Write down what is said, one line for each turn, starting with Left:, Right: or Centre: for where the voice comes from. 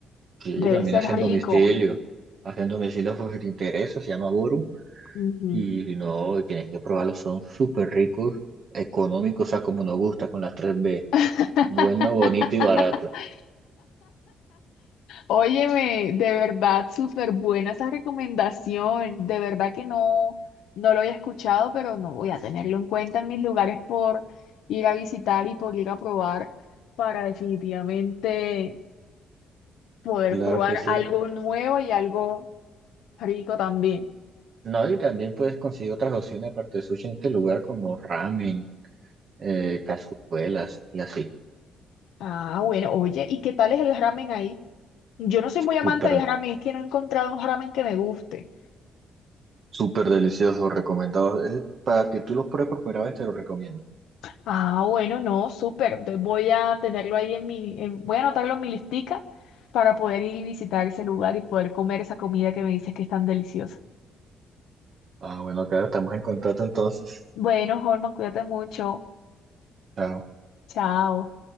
Right: Sí,
Left: Debe
Right: también
Left: ser
Right: hacen
Left: rico.
Right: domicilio, hacen domicilio por si te interesa, se llama Boru,
Left: Ujú.
Right: y si no, tienes que probarlos, son súper ricos, económicos, o sea, como nos gusta con las tres b
Left: <laughs>
Right: bueno, bonito y barato.
Left: Óyeme, de verdad, súper buena esa recomendación. De verdad que no, no lo había escuchado, pero no voy a tenerlo en cuenta en mis lugares por ir a visitar y por ir a probar para definitivamente poder
Right: Claro
Left: probar
Right: que sí.
Left: algo nuevo y algo rico también.
Right: No, y también puedes conseguir otras opciones aparte de sushi en este lugar como ramen, eh, cazuelas y así.
Left: Ah, bueno, oye, ¿y qué tal es el ramen ahí? Yo no soy muy amante
Right: Súper
Left: del ramen, es que no he encontrado un ramen que me guste.
Right: Súper delicioso, recomendado. Es para que tú los pruebes por primera vez, te lo recomiendo.
Left: Ah, bueno, no, súper. Entonces voy a tenerlo ahí en mi, en- voy a anotarlo en mi listica para poder ir y visitar ese lugar y poder comer esa comida que me dices que es tan deliciosa.
Right: Ah, bueno, acá estamos en contacto entonces.
Left: Bueno, Holman, cuídate mucho.
Right: Chao.
Left: Chao.